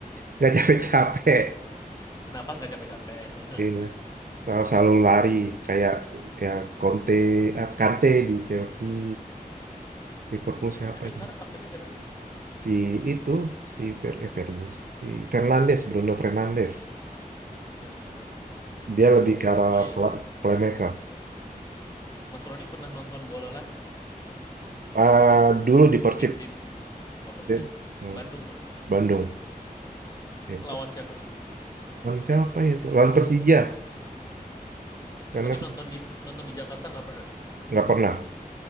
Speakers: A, on the right; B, on the left.
A: nggak capek-capek
B: Nafas nggak capek-capek. <laughs>
A: Iya, selalu, selalu lari kayak ya Conte, ah, Kante di Chelsea, Liverpool siapa?
B: MU
A: ya?
B: sekarang kaptennya siapa sih?
A: Si itu si Fer, eh, Fergus, si Fernandes, Bruno Fernandes.
B: Fernandes.
A: Dia
B: Oh,
A: lebih ke arah
B: oh iya.
A: pla- playmaker.
B: Mas Roni pernah nonton bola live nggak?
A: Ah, dulu di Persib,
B: Tim-tim Oh, Persib
A: Dia- hmm,
B: Bandung dong.
A: Bandung, itu.
B: Lawan siapa tuh?
A: Lawan siapa ya itu? Lawan Persija, karena
B: Tapi
A: se-
B: nonton di nonton di Jakarta nggak pernah.
A: nggak pernah,